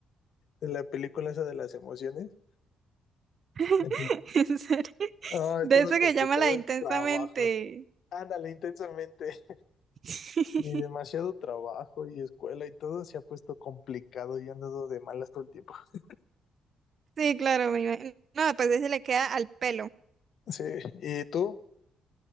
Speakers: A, on the left; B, on the right.
A: de la película esa de las emociones.
B: <laughs>
A: Ya
B: En serio.
A: Ah, ha
B: De
A: estado
B: eso
A: complicado
B: que llama la de intensamente.
A: el trabajo. Ándale, intensamente.
B: <laughs>
A: Sí, demasiado trabajo y escuela y todo se ha puesto complicado y he andado de malas todo el tiempo. <laughs>
B: Sí, claro, me imagino. No, pues ese le queda al pelo.
A: Sí, ¿y tú?